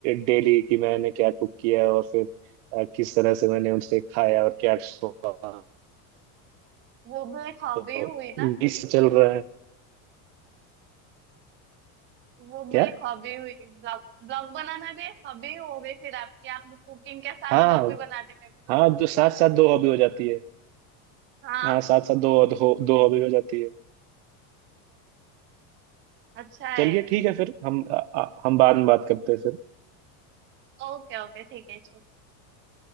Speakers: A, on the right; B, on the right.
A: डेली कि मैंने क्या कुक किया और फिर अ, किस तरह से मैंने उनसे खाया और क्या स्वाद।
B: वो भी एक हॉबी
A: तो
B: हुई ना
A: ये सब चल रहा है
B: वो
A: क्या
B: भी एक हॉबी हुई ब्लॉग ब्लॉग बनाना भी एक हॉबी हो गई फिर आपकी आप कुकिंग के साथ
A: हाँ
B: ब्लॉग भी बनाते थे मतलब
A: हाँ दो साथ साथ दो हॉबी हो जाती है
B: हाँ
A: हाँ साथ साथ दो दो, दो हॉबी हो जाती है
B: अच्छा है
A: चलिए ठीक है फिर हम अ, अ, हम बाद में बात करते हैं फिर
B: ओके ओके ठीक है चलो